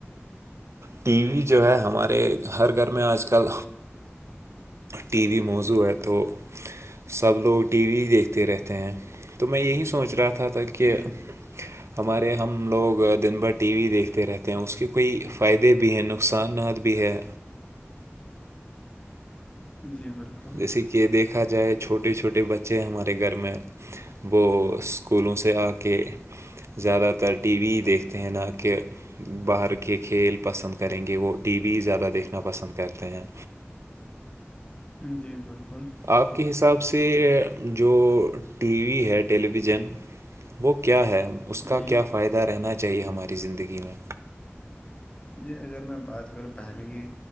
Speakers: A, on the right; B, on the left.
A: ٹی وی جو ہے ہمارے ہر گھر میں آج کل ٹی وی موزووں ہے تو سب لوگ ٹی وی دیکھتے رہتے ہیں تو میں یہی سوچ رہا تھا ج تک کہ
B: جی
A: ہمارے ہم لوگ دن بھر ٹی وی دیکھتے رہتے ہیں اس کی کوئی فائدے بھی ہیں نقصانات بھی ہیں
B: جی بالکل
A: جیسے کہ دیکھا جائے چھوٹے چھوٹے بچے ہمارے گھر میں وہ اسکولوں سے آ کے زیادہ تر ٹی وی ہی دیکھتے ہیں نہ کہ باہر کے کھیل پسند کریں گے وہ ٹی وی زیادہ دیکھنا پسند کرتے ہیں
B: جی بالکل
A: آپ کے حساب سے جو ٹی وی ہے ٹیلی ویژن وہ کیا ہے اس کا
B: جی
A: کیا فائدہ رہنا چاہیے ہماری زندگی میں
B: جی اگر میں بات کروں پہلیے